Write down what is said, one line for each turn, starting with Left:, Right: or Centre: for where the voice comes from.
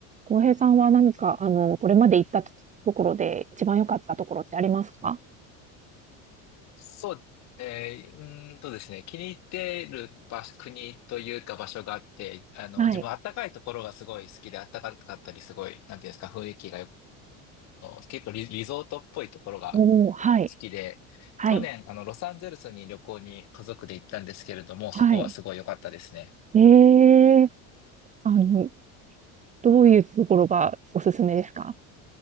Right: 浩平さんは何か、あの、これまで行ったとところで一番良かったところってありますか
Left: そう、えー、うーんとですね、気に入ってる場所、国というか場所があって、あの、
Right: はい。
Left: 自分暖かいところがすごい好きで、暖かかったりすごい、なんていうんですか、雰囲気がよく、結構リ、リゾートっぽいところが
Right: おお、はい。
Left: 好きで、
Right: はい。
Left: 去年、あの、ロサンゼルスに旅行に家族で行ったんですけれども、
Right: はい。
Left: そこはすごい良かったですね。
Right: ええあの、どういうところがおすすめですか